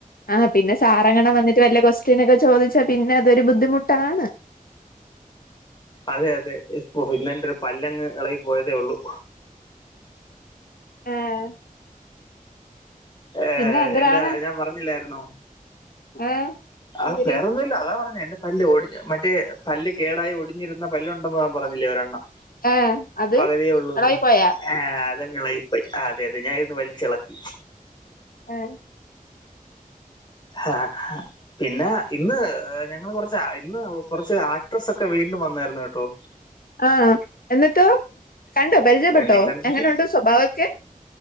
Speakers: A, on the left; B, on the left.
A: ആഹ പിന്നെ സാറങ്ങണം വന്നിട്ട് വല ക്വസ്റ്റ്യൻ ഒക്കെ ചോദിച്ചാ പിന്നെ അതൊരു ബുദ്ധിമുട്ടാണ്
B: അതെ അതെ ഇന്നന്റെ ഒരു പല്ലങ്ങ് ഇളകി പോയതേ ഉള്ളൂ
A: ആഹ
B: ഏ
A: പിന്നെ എന്തരാണ്
B: എന്റെ ഞാൻ പറഞ്ഞില്ലായിരുന്നോ?
A: ഏഹ്
B: ആ
A: എന്തര്
B: പേറൊന്നുമല്ല അതാ പറഞ്ഞ എന്റെ.. പല്ല് ഒടി മറ്റേ പല്ല് കേടായി ഒടിഞ്ഞിരുന്ന പല്ലുണ്ടെന്ന് പറഞ്ഞില്ലേ ഒരെണ്ണം
A: ഏഹ് അത്
B: പകതിയേ ഉള്ളൂയെന്നു..
A: എളായി പോയാ
B: ആഹ അതങ്ങ് യിലകിപോയി അതെ അതെ ഞാൻ ഇരുന്ന് വലിച്ചിളക്കി.
A: ആര്?
B: ആഹ് ഹ പിന്നെ ഇന്ന് ഞങ്ങൾ കുറച്ച് ഇന്ന് കുറച്ച് ആക്ട്രസ്സ് ഒക്കെ വീണ്ടും വന്നായിരുന്നു കേട്ടോ?
A: ആഹ് എന്നിട്ട് കണ്ടോ പരിചയപ്പെട്ടോ
B: എന്നിട്ട്
A: എങ്ങനെുണ്ട് സ്വഭാവൊക്കെ?